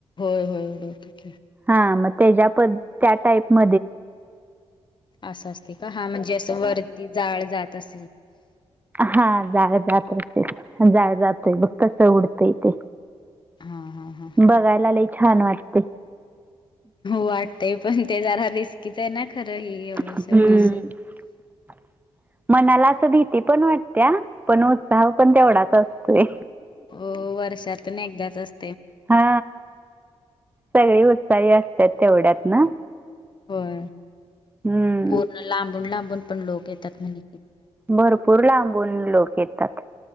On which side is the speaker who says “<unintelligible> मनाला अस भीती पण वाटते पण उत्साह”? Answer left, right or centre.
Right